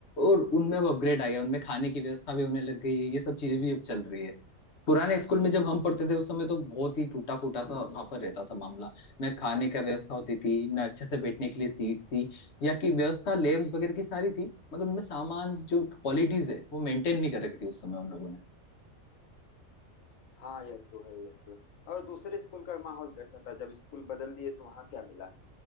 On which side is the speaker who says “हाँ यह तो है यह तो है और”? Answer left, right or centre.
Left